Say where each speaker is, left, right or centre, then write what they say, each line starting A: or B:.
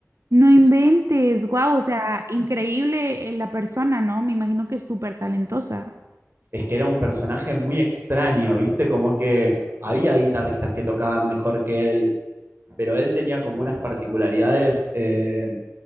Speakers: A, on the right (about 70°); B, on the right (about 45°).
A: No inventes. Wow, o sea, increíble eh, la persona, ¿no? Me imagino que es súper talentosa.
B: Es que era un personaje muy extraño, ¿viste? Como que había guitarristas que tocaban mejor que él, pero él tenía como unas particularidades eh,